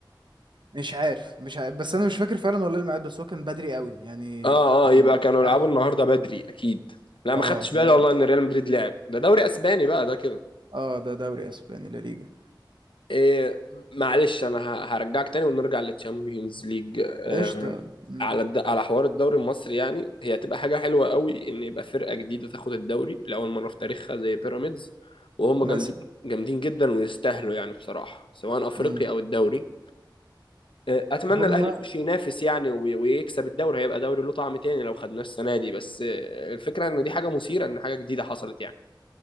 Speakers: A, on the right (about 70°); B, on the left (about 85°).
A: مش عارف مش عارف بس انا مش فاكر فعلا والله الميعاد بس هو كان بدري قوي يعني
B: اه
A: من
B: اه يبقى كانوا يلعبوا
A: عارف
B: النهارده بدري اكيد لا
A: اه
B: ما خدتش
A: فاهم
B: بالي والله ان ريال مدريد لعب ده دوري اسباني بقى ده كده
A: اه ده دوري اسباني لا ليجا
B: إيه معلش انا ه- هرجعك تاني ونرجع للتشامبيونز ليج آه،
A: قشطه مم.
B: على الد... على حوار الدوري المصري يعني هي هتبقى حاجه حلوه قوي ان يبقى فرقه جديده تاخد الدوري لاول مره في تاريخها زي بيراميدز وهم
A: مثلا
B: جامدين جامدين جدا ويستاهلوا يعني بصراحه سواء افريقيا
A: مم.
B: او الدوري آه، اتمنى
A: هما
B: الاهلي يخش ينافس يعني وي- ويكسب الدوري هيبقى دوري له طعم تاني لو خدناه السنه دي بس آه، الفكره ان دي حاجه مثيره ان حاجه جديده حصلت يعني